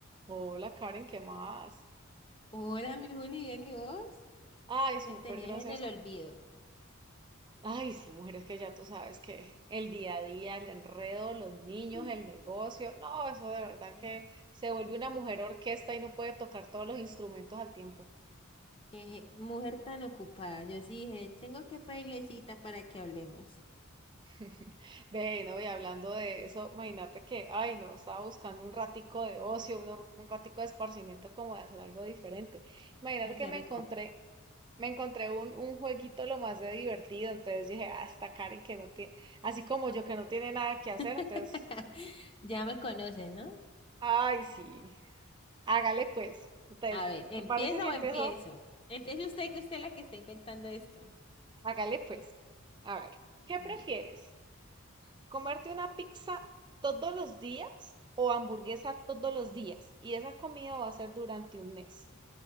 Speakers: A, on the right; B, on the left.
A: Hola Karen, ¿qué más?
B: Hola, mi Juli, bien, ¿y vos?
A: Ay, súper,
B: Me tenías
A: gracias
B: en el
A: a...
B: olvido.
A: Ay, sí, mujeres que ya tú sabes que el día a día, el enredo, los niños,
B: Mm,
A: el negocio, no, eso de verdad
B: mm,
A: que se vuelve una mujer orquesta y no puede tocar todos los instrumentos al tiempo.
B: Qué mujer tan ocupada. Yo sí dije, tengo que pedirle cita para que hablemos.
A: <laughs> Ve, no, y hablando de eso, imagínate que, ay, no, estaba buscando un ratico de ocio, un, un ratico de esparcimiento como de hacer algo diferente. Imagínate
B: Ay,
A: que
B: qué
A: me
B: rico.
A: encontré me encontré un, un jueguito lo más de divertido, entonces dije, ah, esta Karen que no tiene, así como yo que no tiene nada que hacer,
B: <laughs>
A: entonces,
B: Ya me conoces, ¿no?
A: ay, sí, hágale pues. Entonces,
B: A ver, ¿empieza
A: ¿te parece si empiezo?
B: o empiezo? Empiece usted, que usted es la que está inventando esto.
A: Hágale pues. A ver, ¿qué
B: Dale.
A: prefieres? ¿Comerte una pizza todos los días o hamburguesa todos los días? Y esa comida va a ser durante un mes.